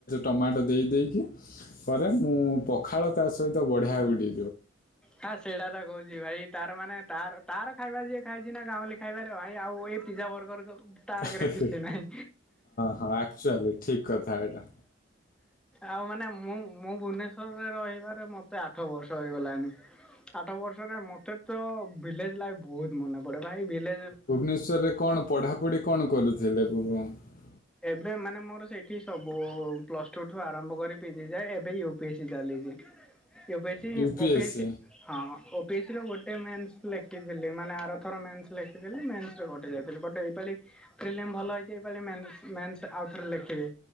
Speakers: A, on the left; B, in the centre.
A: ଟମାଟୋ ଦେଇ ଦେଇେଇକି କରେ ମୁଁ ପଖାଳ ତା ସହିତ ବଢିଆ ବଡ଼ି
B: ହଁ ସେଇଟା ପା କହୁ ଭାଇ ତାର ମାନେ ତାର ତାର ଖାଇବା ଯିଏ ଖାଇଛି ନା ଗାଉଁଲି ଖାଇବାରେ ଭାଇ ଆଉ ଏଇ ପିଜ୍ଜା ବର୍ଗର ତା ଆଗରେ
A: ହଁ
B: କିଛି ନାହିଁ।
A: ହଁ ଆକ୍ଚୁଆଲି ଠିକ୍ କଥା ଏଇଟା
B: ଆଉ ମାନେ ମୁଁ ମୁଁ ଭୁବନେଶ୍ଵରରେ ରହିବାରେ ମତେ ଆଠ ବର୍ଷ ହେଇଗଲାଣିି ଆଠ ବର୍ଷରେ ମତେ ତ ଭିଲେଜ୍ ଲାଇଫ୍ ବହୁତ ମନେ ପଡେ। ଭାଇ ଭିଲଜ୍
A: ଭୁବନେଶ୍ଵରରେ କଣ ପଢାପଢି କଣ କରୁଥିଲେ? <unintelligible>
B: ଏବେ ମାନେ ମୋର ସେଇଠି ସବୁ-ଉ-ଉ ପ୍ଲସଟୁ ଠୁ ଆରମ୍ଭ କରି ପି ଜିି ଯାଏ। ଏବେ ୟୁ ପି ଏସ୍ସି ଚାଲିଛି। U P S C,
A: UPSC
B: O P S C ହଁ-ଅ-ଅ ପେସ୍ ର ଗୋଟେ ମେନ୍ସ ଲେଖିଥିଲି ମାନେ ଆରଥର ମେନ୍ସ ଲେଖିଥିଲି ମେନ୍ସରେ କଟି ଯାଇଥିଲି ବଟ୍ ଏଇପାଳି ଫିଲ୍ମ ଭଲ ହୋଇଇଛି ଏଇପାଳି ମାଇନ ମେନ୍ସ ଆଉ ଥରେ ଲେଖିବି